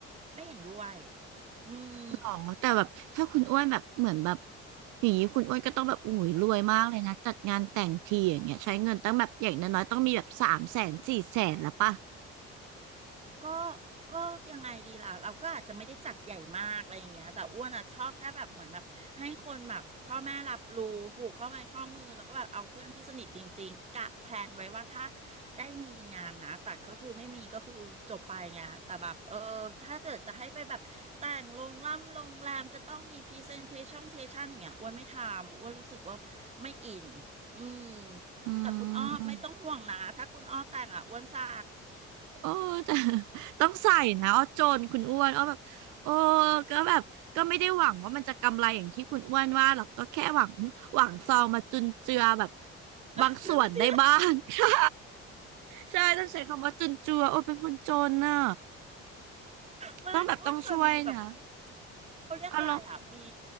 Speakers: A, on the right; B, on the right.
A: ไม่เห็นด้วยอืม
B: หรอแต่แบบถ้าคุณอ้วนแบบเหมือนแบบอย่างนี้คุณอ้วนก็ต้องแบบอุ้ยรวยมากเลยนะจัดงานแต่งทีอย่างเงี้ยใช้เงินตั้งแบบอย่างน้อยๆต้องมีแบบสามแสนสี่แสนละป่ะ
A: ก็ก็ยังไงดีล่ะ เราก็อาจจะไม่ได้จัดใหญ่มากอะไรอย่างเงี้ยแต่อ้วนอ่ะชอบแค่แบบเหมือนแบบให้คนแบบพ่อแม่รับรู้ผูกข้อไม้ข้อมือแล้วก็แบบเอาเพื่อนที่สนิทจริงๆกะแพลนไว้ว่าถ้าได้มีงานนะแต่ก็คือไม่มีก็คือจบไปไงแต่แบบเออถ้าเกิดจะให้ไปแบบแต่งโรงล่ำโรงแรมจะต้องมีพรีเซนเทชั่นเทชันอย่างเงี้ยอ้วนไม่ทำอ้วนรู้สึกว่าไม่อินอืม
B: อื
A: แต่คุณอ้อไม่ต้องห่วงนะถ้าคุณอ้อแต่งอ่ะอ้วนใส่
B: ม โอ้แต่ <laughs> ต้องใส่นะอ้อจนคุณอ้วนอ้อแบบโอ้ก็แบบก็ไม่ได้หวังว่ามันจะกำไรอย่างที่คุณอ้วนว่าหรอกก็แค่หวังหวังซองมาจุนเจือแบบ
A: <laughs>
B: บางส่วนได้บ้าง
A: จริงๆ
B: <laughs> ใช่ใช่ต้องใช้คำว่าจุนเจือโอ้เป็นคนจนน่ะ
A: ไม่อ้วนเคยมีแบบ
B: ต้องแบบต้องช่วยนะ
A: เขาเรียกอะไรอ่ะมี
B: อารมณ์